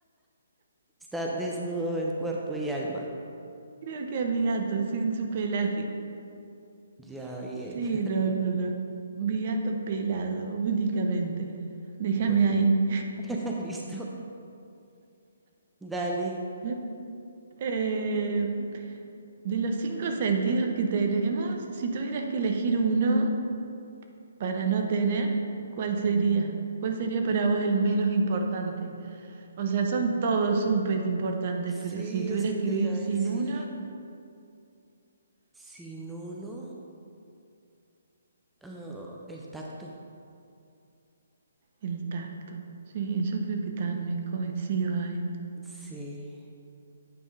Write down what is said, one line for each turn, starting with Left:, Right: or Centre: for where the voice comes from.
Centre: Está desnudo en cuerpo y alma.
Right: Creo que a mi gato, sin su pelaje.
Centre: Ya bien.
Right: Sí,
Centre: <laughs>
Right: no, no, no. Mi gato pelado, únicamente. Déjame
Centre: Bueno,
Right: ahí.
Centre: <laughs> listo. Dale.
Right: <laughs> Eh, de los cinco sentidos que tenemos, si tuvieras que elegir uno para no tener, ¿cuál sería? ¿Cuál sería para vos el menos importante? O sea, son todos súper importantes,
Centre: Sí,
Right: pero si tuvieras
Centre: eso te
Right: que vivir
Centre: iba a
Right: sin
Centre: decir.
Right: uno,
Centre: Si no, no. Ah, el tacto.
Right: el tacto. Sí, yo creo que también coincido ahí.
Centre: Sí,